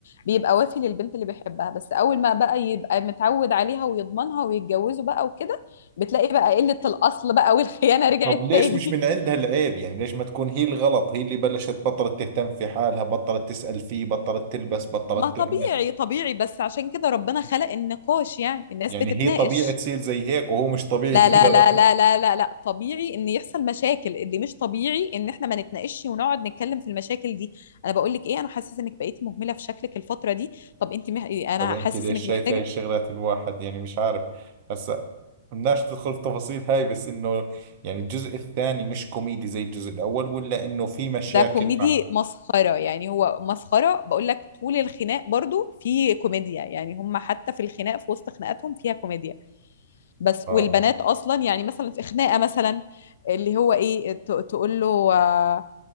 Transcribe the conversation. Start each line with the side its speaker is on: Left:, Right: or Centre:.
Left: بيبقى وافي للبنت اللي بيحبها بس اول ما بقى يبقى متعود عليها ويضمنها ويتجوزوا بقى وكده بتلاقي بقى قله الاصل بقى والخيانه رجعت
Right: طب ليش
Left: تاني
Right: مش من عندها
Left: <laughs>
Right: العيب يعني ليش ما تكون هي الغلط هي اللي بلشت بطلت تهتم في حالها بطلت تسأل فيه بطلت تلبس بطلت
Left: ما طبيعي
Right: تعمل
Left: طبيعي بس عشان كده ربنا خلق النقاش يعني الناس
Right: يعني
Left: بتتناقش
Right: هي طبيعي تصير زي هيك وهو مش طبيعي
Left: لا
Right: كذا
Left: لا لا لا
Right: <laughs>
Left: لا لا لا طبيعي ان يحصل مشاكل اللي مش طبيعي ان احنا ما نتناقش ونقعد نتكلم في المشاكل دي انا بقول لك ايه انا حاسس انك بقيتي مهمله في شكلك الفتره دي طب انت مح... إيه، انا
Right: طب انت
Left: حاسس
Right: ليش
Left: انك
Right: شايف
Left: محتاجه
Right: هاي الشغلات الواحد يعني مش عارف هسا بدناش تدخل في تفاصيل هاي بس انه يعني الجزء الثاني مش كوميدي زي الجزء الاول ولا انه في مشاكل
Left: ده كوميدي
Right: مع
Left: مسخره يعني هو مسخره بقول لك طول الخناق برضو في كوميديا يعني هم حتى في الخناق في وسط خناقاتهم فيها كوميديا بس
Right: اه
Left: والبنات
Right: آه.
Left: اصلا يعني مثلا في خناقه مثلا اللي هو ايه ت- تقول له آه